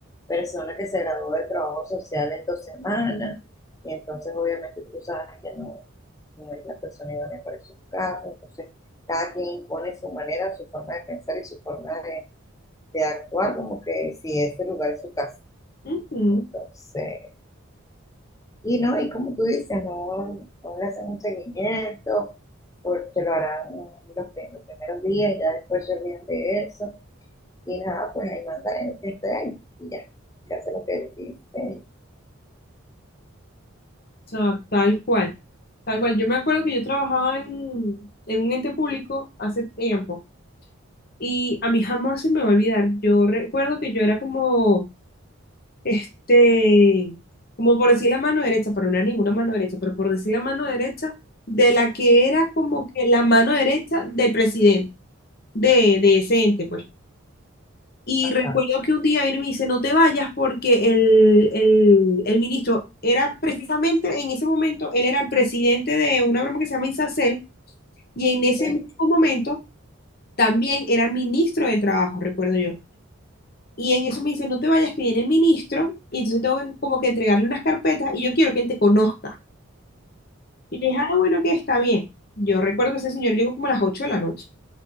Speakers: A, on the left; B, on the left.
A: persona que se graduó de trabajo social en dos semanas, y entonces obviamente tú sabes que no, no es la persona idónea para esos casos, entonces cada quien impone su manera, su forma de pensar y su forma de, de actuar como que si este lugar es su casa.
B: Ujú.
A: Entonces, y no, y como tú dices, no, no le hacen un seguimiento, porque lo harán los, prim- los primeros días, ya después se olvidan de eso, y nada, pues ahí manda el que esté ahí, y ya, se hace lo que dice,
B: O sea, tal cual. Tal cual. Yo me acuerdo que yo trabajaba en, en un ente público hace tiempo. Y a mí jamás se me va a olvidar. Yo recuerdo que yo era como, este, como por decir la mano derecha, pero no era ninguna mano derecha, pero por decir la mano derecha de la que era como que la mano derecha del presidente, de, de ese ente, pues. Y
A: ajá,
B: recuerdo que un día él me dice, no te vayas porque el, el, el ministro era precisamente en ese momento, él era el presidente de una broma que se llama Isacel, y en ese
A: ok,
B: mismo momento también era ministro del trabajo, recuerdo yo. Y en eso me dice, no te vayas, que viene el ministro, y entonces tengo que como que entregarle unas carpetas y yo quiero que él te conozca. Y le dije, ah, bueno, que está bien. Yo recuerdo que ese señor llegó como a las 8 de la noche.